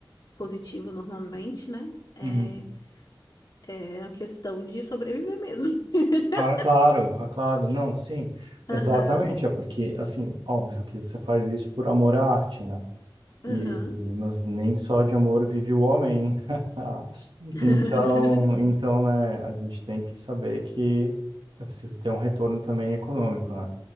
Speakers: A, on the left; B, on the right.
A: positivo normalmente, né, é,
B: Uhum.
A: é a questão de sobreviver mesmo. <laughs>
B: Ah, claro, ah, claro, não, sim, exatamente,
A: Aham,
B: é porque, assim, óbvio que você faz isso por amor à arte, né? E,
A: aham,
B: mas nem só de amor vive o homem. <laughs>
A: <laughs>
B: Então, então, né, a gente tem que saber que é preciso ter um retorno também econômico, né?